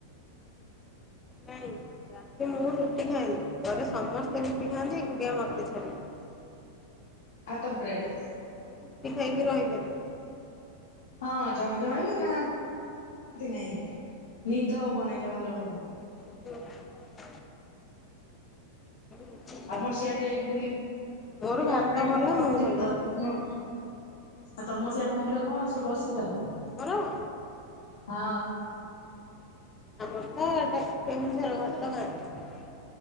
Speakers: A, on the left; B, on the left.
A: ନଁ। ରାତି ମୁଁ ରୁଟି ଖାଏନି ଘରେ ସମସ୍ତେ ରୁଟି ଖାଆନ୍ତି ଏକୁଟିଆ ମତେ ଛାଡ଼ିକି।
B: ହାତ ବ୍ରେଡ଼।
A: ମୁଁ ରୁଟି ଖାଇକି ରହିପାରିବେ।
B: ହଁ ଜଣେ ଜଣେ ବି ଖାଆନ୍ତିାଆନ୍ତି ନାଇଁ ନିଦ ହବ ନାଇଁ ଜଣ ଜଣଙ୍କୁ।
A: ହୁ। <inaudible> କିଛି ଖାଏନି।
B: ଆମର ସିଆଡେ ବୁଲିବା
A: ମୋର ଭାତ
B: ପାଇଁ
A: ଭଲ
B: କଣ
A: ମୁଁ ଭଲ।
B: କଣ? ଆଉ ତମ ସେଇଆଡ ମନ୍ଦିର କଣ ସବୁ ପ୍ରସିଦ୍ଧ ଆଉ?
A: ଆମର।
B: ହଁ।
A: <unintelligible> <unintelligible>